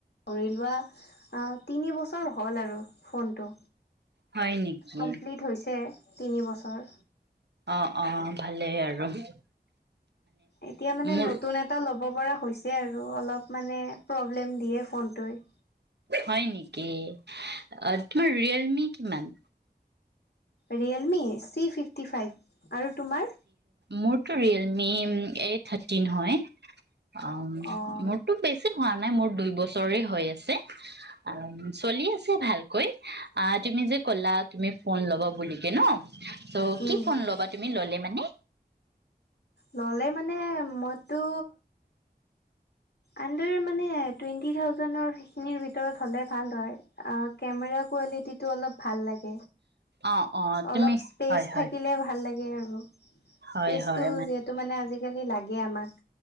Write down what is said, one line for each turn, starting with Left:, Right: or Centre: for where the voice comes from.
Left: ধৰি লোৱা তিনি বছৰ হ'ল আৰু ফোনটো।
Right: হয় নেকি
Left: কমপ্লিট হৈছে। তিনি বছৰ
Right: অ' অ' ভালেই আৰু। <inaudible>
Left: এতিয়া মানে
Right: মোৰ
Left: নতুন এটা ল'ব ল'ব পৰা হৈছে আৰু অলপ মানে প্ৰব্লেম দিয়ে ফোনটোৱে
Right: হয় নেকি তোমাৰ ৰিয়েলমি কিমান?
Left: ৰিয়েলমি চি ফিফটি ফাইভ আৰু তোমাৰ?
Right: মোৰতটো ৰিয়েলমি এই থাৰ্টিন হয়। অ
Left: অঁ
Right: মটো পেছা হোৱা নাই মোৰ দুই বছৰে হৈ আছে অ চলি আছে ভালকৈ আহ তুমি যে কলা তুমি ফোন ল'বা বুলিকে ন ত' কি
Left: উম
Right: ফোন ল'বা তুমি ল'লে। মানে
Left: ল'লে মানে মইতো আনডাৰ মানে টুৱেণ্টি থাজেডৰ সেইখিনিৰ ভিতৰত হ'লে ভাল হয় কেমেৰা কোৱালিটিটো অলপ ভাল লাগ
Right: অ অ তুমি
Left: অলপ স্পেচ
Right: হয় হয়
Left: থাকিলে ভাল লাগে। থাকে আৰু
Right: হয়
Left: স্পেচটো
Right: হয়
Left: যিহেতু মানে আজি আজিকালি লাগে আমাক।